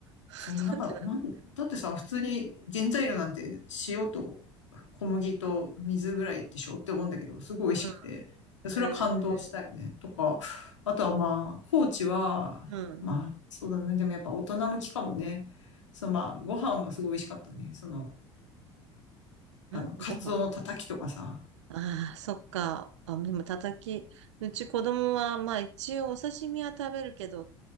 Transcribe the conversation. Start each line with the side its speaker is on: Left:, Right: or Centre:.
Right: う。<laughs>
Left: そう、もなんか、
Right: なんでなんだ
Left: なん、だってさ、普通に原材料なんて塩と小麦と水ぐらいでしょって思うんだけど、すごい美味しくて、
Right: ろう。
Left: それは感動したよね。
Right: うん。え
Left: とか、あとはまあ、高知は、
Right: ー、
Left: まあ、そうだね。でもやっぱ大人向きかもね。そう、まあ、ご飯がすごい美味しかったね。その、
Right: うん。
Left: あの、
Right: んご飯
Left: カツオのたたきとかさ。
Right: ああ、そっか。あ、でも、たたき。うち子供は、まあ一応お刺身は食べるけど、